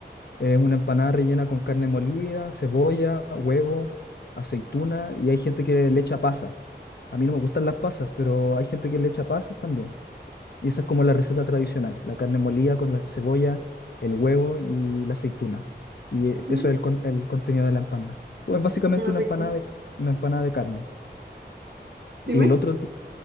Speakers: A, on the left; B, on the right.
A: es una empanada rellena con carne molida, cebolla, huevo, aceituna y hay gente que le echa pasas. A mí no me gustan las pasas, pero hay gente que le echa pasas también. Y esa es como la receta tradicional, la carne molida con la cebolla, el huevo y la aceituna. Y eh,
B: Mm,
A: eso es el, con- el contenido de la empanada. Pues básicamente
B: suena
A: una
B: rico.
A: empanada de, una empanada de carne.
B: Dime.
A: Y el otro, ti-